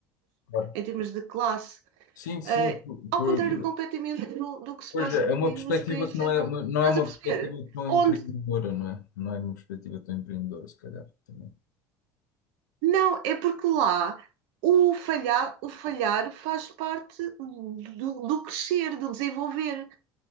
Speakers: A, on the left (about 85°); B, on the right (about 70°).
A: Claro.
B: em termos de classe,
A: Sim, sim,
B: uh,
A: por-
B: ao
A: por-
B: contrário
A: por-
B: completamente do, do que se
A: pois
B: passa,
A: é,
B: como
A: é uma
B: digo,
A: perspectiva
B: nos países.
A: que não é, uma- não
B: Estás
A: é uma
B: a perceber?
A: perspectiva tão
B: Onde
A: empreendedora, não é? Não é uma perspectiva tão empreendedora, se calhar, também.
B: não, é porque lá o falhar, o falhar faz parte do, do crescer, do desenvolver.